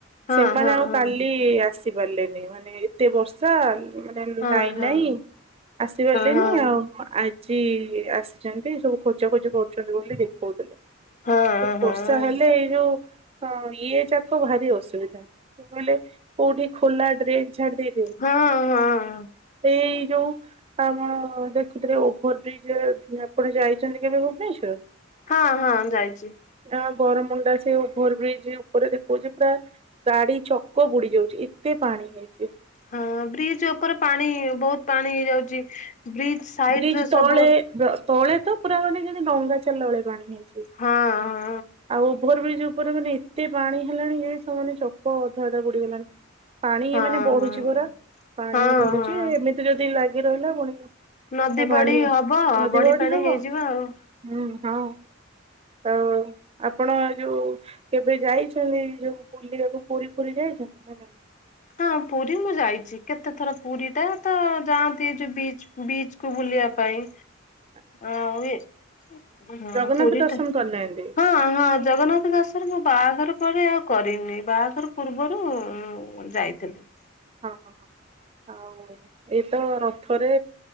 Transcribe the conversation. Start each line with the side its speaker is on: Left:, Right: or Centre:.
Left: ହଁ
Right: ସେମାନେ
Left: ହଁ।
Right: ଆଉ କାଲି କେଇ ଆସି ପାରିଲେନି ମାନେ ଏତେ ବର୍ଷା। ମାନେ
Left: ହଁ
Right: ଲାଇନ୍
Left: ହଁ ହଁ ହଁ
Right: ନାହିଁ ଆସିପାରିଲେନି
Left: ହଁ ହଁ ହଁ।
Right: ଆଉ। ଆଜି ଆସିଛନ୍ତି ସବୁ ଖୋଜାଖୋଜି କରୁଛନ୍ତି ବୋଲି ଦେଖଉଥିଲା।
Left: ହଁ ହଁ ହଁ
Right: ବର୍ଷା ହେଲେ ଏଇ ଯୋଉ ହଁ ଇଏ ଯାକ ଭାରି ଅସୁବିଧା କହିଲେ କୋଉଠି ଖୋଲା ଡ୍ରେନ୍ ଛାଡି ଦେଇ
Left: ହଁ ହଁ।
Right: ଏଇ ଯୋଉ ଆପଣ ଦେ ସେତିରେ ଓଭର ବ୍ରିଜ ରେ ଆପଣ ଯାଇଚନ୍ତି କେବେ ଭୁବନେଶ୍ୱର?
Left: ହଁ ହଁ ଯାଇଚି।
Right: ଆ ବରମୁଣ୍ଡା ସେ ଓଭର ବ୍ରିଜ ଉପରେ ଦେଖଉଚି ପୁରା ଗାଡି ଚକ ବୁଡି ଯାଉଚି ଏତେ ପାଣି ହେଇଚି।
Left: ହଁ ବ୍ରିଜ ଓପରେ ପାଣି ବହୁତ ପାଣି ହେଇଯାଉଚି ବ୍ରିଜ ସାଇଟ
Right: ବ୍ରିଜ
Left: ରେ ସବୁ
Right: ତଳେ ତଳେ ତ ପୁରା ମାନେ ଯେମିତି ଡଙ୍ଗା ଚାଲିଲା ଭଳିଆ ପାଣି ହେଇଛି।
Left: ହଁ ହଁ।
Right: ଆଉ ଓଭର ବ୍ରିଜ ଉପରେ ମାନେ ଏତେ ପାଣି ହେଲାଣି ଯେ ସେମାନେ ଚକ ଅଧା ଅଧା ବୁଡିଗଲାଣି। ପାଣି
Left: ହଁ
Right: ମାନେ ବଢୁଚି
Left: ହଁ।
Right: ପରା ପାଣି
Left: ହଁ
Right: ବଢୁଚି
Left: ହଁ
Right: ଏମିତି ଯଦି ଲାଗି ରହିଲା ପୁଣି
Left: ନଦୀ
Right: ତା ପାଣି
Left: ବଡି ହବ
Right: ନଦୀ
Left: ବଡି
Right: ବଢି
Left: ପାଣି
Right: ହବ
Left: ହେଇଯିବ ଆଉ।
Right: ହୁଁ ହଉ ଆଉ ଆପଣ ଯୋଉ କେବେ ଯାଇଛନ୍ତି ଯୋଉ ବୁଲିବାକୁ ପୁରୀ ଫୁରି ଯାଇଛନ୍ତି ନା ନାଇଁ?
Left: ହଁ ପୁରୀ ମୁଁ ଯାଇଚି କେତେଥର ପୁରୀ ଟା ତ ଯାଆନ୍ତି ଯୋଉ ବିଚ୍ ବିଚ୍ କୁ ବୁଲିବା ପାଇଁ।
Right: ହଁ
Left: ଆଉ ଏ ହଁ
Right: ଜଗନ୍ନାଥ
Left: ପୁରୀ
Right: ଦର୍ଶନ
Left: ଟା
Right: କରିନାହାନ୍ତି
Left: ହଁ ହଁ ଜଗନ୍ନାଥ ଦଶରେ ମୋ ବାଆଘର ପରେ ଆଉ କରିନି ବାଆଘର ପୂର୍ବରୁ ଉଁ ଯାଇଥିଲି।
Right: ହଁ ହଁ ଆଉ ଏ ତ ରଥରେ